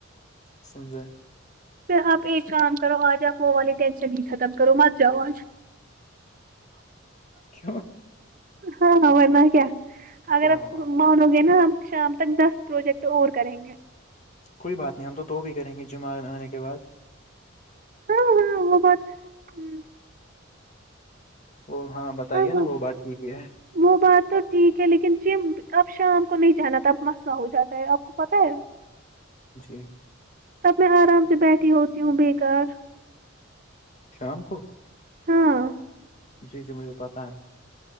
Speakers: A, on the left (about 35°); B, on the right (about 45°).
A: قسم سے
B: پھر آپ ایک کام کرو آج آپ وہ والی ٹینشن ہی ختم کرو مت جاؤ آج
A: کیوں؟
B: ہاں ہاں ورنہ کیا اگر
A: کیا
B: آپ
A: ہوا کو
B: مانو گے نا ہم شام تک دس پروجیکٹ اور کریں گے
A: کوئی بات نہیں ہم تو بھی کریں گے جمران آنے کے بعد
B: ہاں ہاں وہ بات ہاں
A: وہ ہاں بتائیے
B: ہاں
A: نا وہ بات ٹھیک ہی ہے
B: وہ بات تو ٹھیک ہے لیکن جم اب شام کو نہیں جانا تھا اب مسئلہ ہو جاتا ہے آپ کو پتہ ہے
A: جی
B: تب میں آرام سے بیٹھی ہوتی ہوں بے کار
A: شام کو
B: ہاں
A: جی جی مجھے پتہ ہے